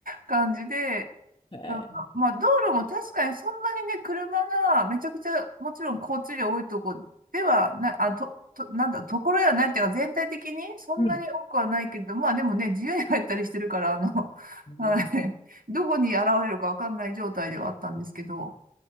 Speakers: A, on the right; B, on the left.
A: 感じで、
B: え
A: なんか、まあ道路も確かにそんなにね、車がめちゃくちゃ、もちろん交通量多いとこではな、あ、と、と、なんだ、ところやないっていうか全体的にそんなに多くはないけど、
B: ーうん。
A: まあでもね、自由に入ったりしてるから、あの、<laughs>
B: ね
A: はい、どこに現れるかわかんない状態ではあったんですけど、